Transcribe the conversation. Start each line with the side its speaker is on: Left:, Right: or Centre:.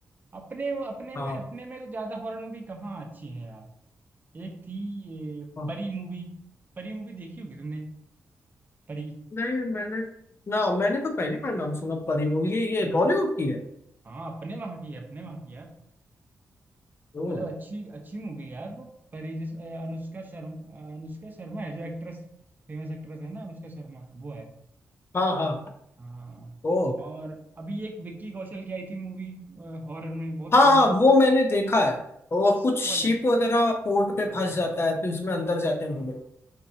Right: अपने अपने
Left: हाँ
Right: में अपने में तो ज्यादा हॉरर मूवी कहाँ अच्छी है यार एक थी ये
Left: हाँ।
Right: परी मूवी परी मूवी देखी होगी तुमने परी
Left: नहीं मैंने ना मैंने तो पहली बार नाम सुना परिणय ये ये बॉलीवुड की है
Right: हाँ अपने वहाँ की है अपने वहाँ की है
Left: ओ
Right: मतलब अच्छी अच्छी मूवी है यार वो परी जिस अ, अनुष्का शर्मा अनुष्का शर्मा है जो एक्ट्रेस फेमस एक्ट्रेस है ना अनुष्का शर्मा वो है
Left: हाँ हाँ
Right: हाँ
Left: ओ
Right: और अभी एक विक्की कौशल की आई थी मूवी हॉरर में बहुत
Left: हाँ
Right: पहले
Left: हाँ वो मैंने देखा है वो
Right: Sick
Left: कुछ शिप
Right: वाली
Left: वगैरह पोर्ट
Right: हाँ
Left: पे फंस जाता है फिर उसमें अंदर जाते हैं
Right: हाँ
Left: वो लोग